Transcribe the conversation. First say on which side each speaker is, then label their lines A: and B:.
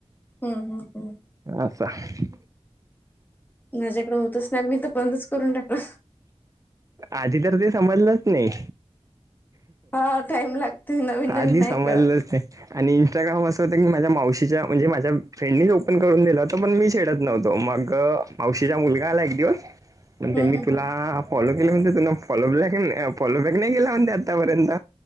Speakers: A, on the left (about 15°); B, on the right (about 30°).
A: हम्म हम् हम्
B: असचछा
A: माझ्याकडें होतच ना मी तर बंदच करून टाकल
B: आधी तर ते समजलंच नाही
A: हा टाइम लागते नवीन
B: आधी
A: नवीन नाही
B: सभजलंच
A: कळत
B: नाही आणि इन्स्टाग्राम असं होत की माझ्या मावशीच्या म्हणजे माझ्या फ्रेंडनी ओपन करून दिला होतं पण मी शेडत नव्हतो मग पावशीचा मुलगा आला एक दिवस त्यांनी
A: हम्म हम्म
B: हा फॉलो केली म्हणते तुं फॉलो बॅक फॉलो बॅक नाही केला म्हणते आतापर्यंत